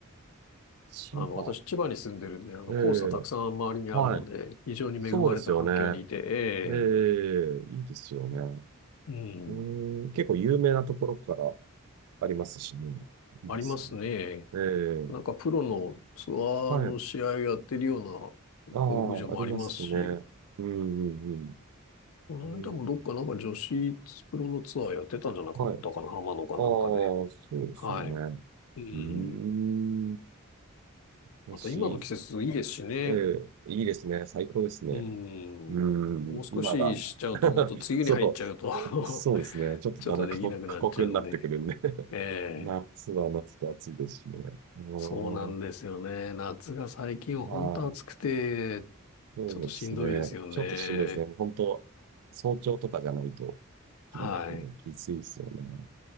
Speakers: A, on the right (about 85°); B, on the left (about 70°).
A: 千葉。
B: あの、私、千葉に住んでるんで、あの、
A: えー、
B: 黄砂たくさん周りにあるので、
A: はい。
B: 非常に恵まれた環境にいて、
A: そうですよね。えー、いいですよね。
B: ええ、うん、
A: うーん、結構有名なところからありますしね。いいですよね。
B: ありますね。
A: え
B: なんか、
A: え、
B: プロのツアーの試合やってるよ
A: はい。
B: うなゴルフ場もありますし、
A: ああ、ありますね。うん、うん、
B: この間もどっかなんか女子プロのツアーやってたんじゃなかったかな、
A: うん。うんはい。ああ、
B: 浜野かなんかで。
A: そうですよね。
B: はい。う
A: うーん。
B: ん。
A: 私、
B: また今の季節いいですしね。
A: ええ、いいですね。最高ですね。
B: うん。
A: うーん、
B: もう少ししちゃうともっと梅雨に入っちゃうと
A: 今が。<laughs> そ
B: <laughs>
A: う。そうですね。ちょっとだんだん過酷、
B: ちょっとできなくなっちゃうんで。
A: 過酷になってくるんで
B: え
A: <laughs> 夏は夏で暑いですしね。
B: え。
A: うーん。
B: そうなんですよね。夏が最近は本当暑くて、
A: はい。そうですね。
B: ちょっとしんどいですよね。
A: ちょっとしんどいですね。本当、早朝とかじゃないとき、
B: はい。
A: きついですよね。